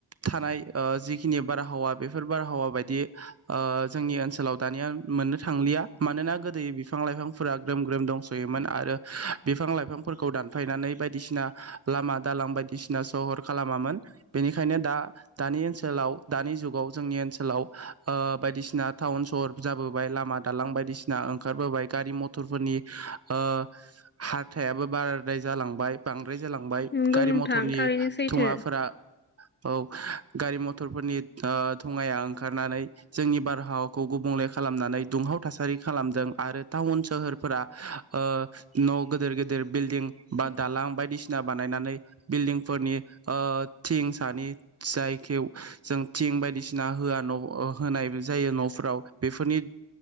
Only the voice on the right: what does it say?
थानाय ओ जिखिनि बारहावा बे फोर बारहावा बायदि ओ जोंनि ओनसोलाव दानिया मोननो थांलिया मानोना गोदो बिफां लाइफांफोरा ग्रोम ग्रोम दंस'योमोन आरो बिफां लाइफांफोरखौ दानफायनानै बायदिसिना लामा दालां बायदिसिना सहर खालामामोन बेनिखायनो दा दानि ओनसोलाव दानि जुगाव। जोंनि ओनसोलाव ओ बायदिसिना टाउन सहर जाबोबाय लामा दालां बायदिसिना ओंखारबोबाय गारि मथरफोरनि ओ हारथायाबो बाराद्राय जालांबाय बां द्राय जालांबाय
गारि
मथरनि
थुङाफोरा। औ गारि मथरफोरनि ओ थुआया ओंखारनानै जोंनि बारहावाखौ गुबुंले खालामनानै दुंहाव थासारि खालामदों आरो टाउन सोहोरफोरा ओ न' गिदिर गेदेर बिल्दिं बा दालां बायदिसिना बानायनानै बिल्डिंफोरनि ओ थिं सानि जायखौे जों थिं बायदिसिन दा होआ न होनाय जायो न'फोराव बेफोरनि